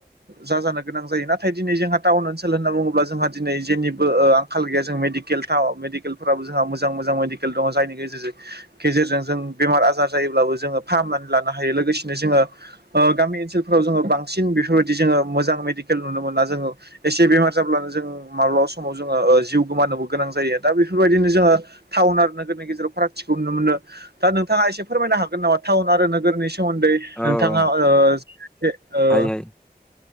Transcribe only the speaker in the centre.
औ
औ
हायो हायो